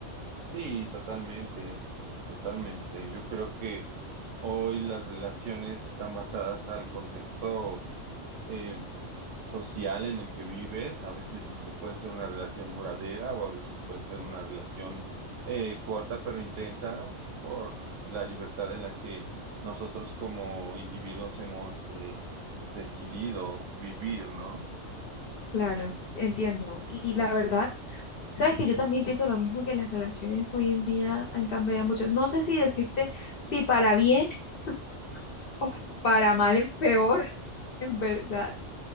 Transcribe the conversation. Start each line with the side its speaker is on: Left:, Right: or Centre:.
Right: Sí, totalmente, totalmente. Yo creo que hoy las relaciones están basadas al contexto eh, social en el que vives. A veces este puede ser una relación duradera o a veces puede ser una relación eh, corta pero intensa por la libertad en la que nosotros como individuos hemos eh, decidido vivir, ¿no?
Left: Claro, entiendo. Y la verdad, sabes que yo también pienso lo mismo que las relaciones hoy en día han cambiado mucho. No sé si decirte si para bien <laughs> o para mal es peor, en verdad,